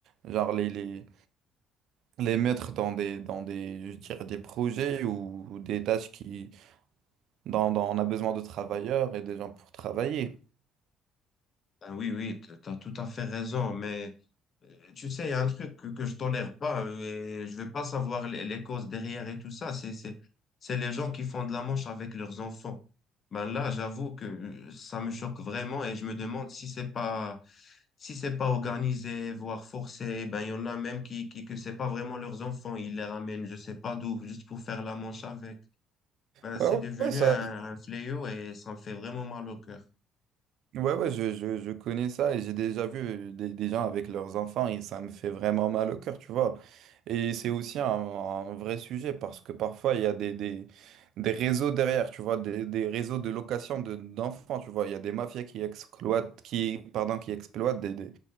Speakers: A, on the right (about 65°); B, on the left (about 45°).
A: genre les, les, les mettre dans des, dans des, je dirais, des projets ou, ou des tâches qui dans- dans- on a besoin de travailleurs et des gens pour travailler.
B: Ben oui, oui, tu as tout à fait raison, mais euh, tu sais, il y a un truc que, que je tolère pas euh, et je vais pas savoir les, les causes derrière et tout ça. C'est, c'est, c'est les gens qui font de la manche avec leurs enfants. Ben là, j'avoue que euh, ça me choque vraiment et je me demande si c'est pas, si c'est pas organisé, voire forcé. Ben il y en a même qui, qui que c'est pas vraiment leurs enfants, ils les ramènent, je sais pas d'où, juste pour faire la manche avec. Ben
A: Ouais,
B: c'est
A: ouais,
B: devenu
A: ouais, ça,
B: un, un fléau et ça me fait vraiment mal au cœur.
A: Ouais, ouais, je, je, je connais ça et j'ai déjà vu des, des gens avec leurs enfants et ça me fait vraiment mal au cœur, tu vois. Et c'est aussi un, un vrai sujet parce que parfois il y a des, des, des réseaux derrière, tu vois, des, des réseaux de location de, d'enfants, tu vois. Il y a des mafias qui exploitent, qui, pardon, qui exploitent des, des-